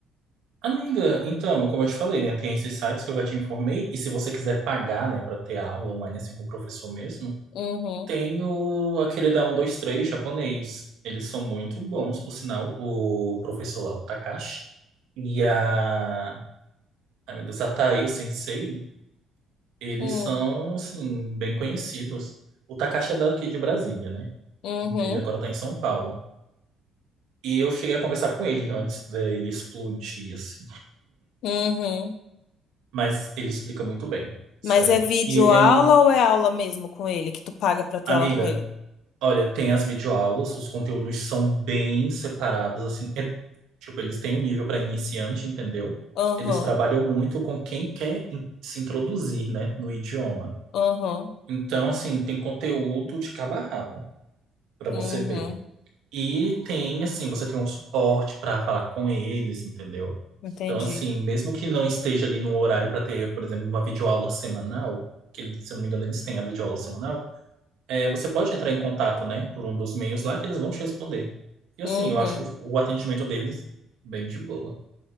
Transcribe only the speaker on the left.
Uhum,
uhum,
uhum,
uhum.
Mas é vídeo
aula
ou é aula mesmo com ele, que tu paga pra ter
aula com ele?
Uhum,
uhum,
uhum.
Entendi.
Uhum,